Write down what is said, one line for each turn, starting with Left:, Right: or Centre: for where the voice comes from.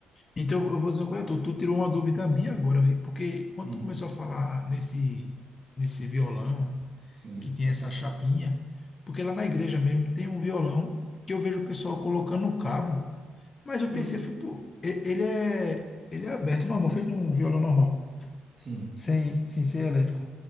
Left: Então, eu vou dizer uma coisa, a tu, tu tirou uma dúvida minha agora, vi, porque quando
Right: Hum,
Left: tu começou a falar nesse, nesse violão,
Right: sim,
Left: que tem essa chapinha, porque lá na igreja mesmo tem um violão que eu vejo o pessoal colocando no cabo, mas eu
Right: Hum.
Left: pensei, fui, pô, e- ele é, ele é aberto, normal, feito um violão normal,
Right: sim,
Left: sem, sem ser elétrico.